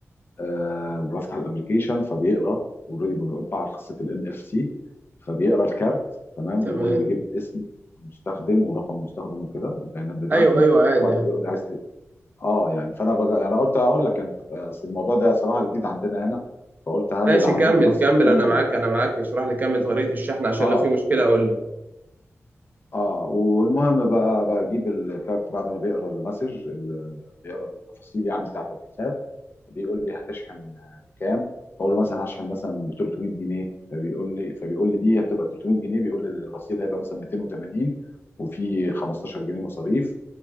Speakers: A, on the left; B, on the right.
A: آه بفتح الابلكيشن فبيقرا اوريدي بنفعل خاصيه الان اف سي فبيقرا الكارت تمام
B: تمام
A: ويقول ويجيب اسم المستخدم ورقم المستخدم وكده والبيانات بتاعتي
B: ايوه ايوه عادي
A: وبعد
B: عادي
A: كده يقول لي عايز ت- اه يعني فانا بجا... انا قلت هقول لك يعني اصل الموضوع ده صراحه جديد عندنا هنا فقلت هل
B: ماشي
A: عندكم
B: كمل
A: نفس
B: كمل
A: الكلام
B: انا
A: ولا
B: معاك انا معاك اشرح لي كمل طريقة الشحن عشان
A: اه
B: لو في مشكلة اقول لك
A: اه والمهم بقى بجيب الكارت بعد ما بيقرا المسج ال- ال- بيقرا التفاصيل يعني بتاعت الحساب بيقول لي هتشحن بكام بقول له مثلا هشحن مثلا ب 300 جنيه فبيقول لي فبيقول لي دي هتبقى 300 جنيه بيقول لي الرصيد هيبقى مثلا 280 وفي 15 جنيه مصاريف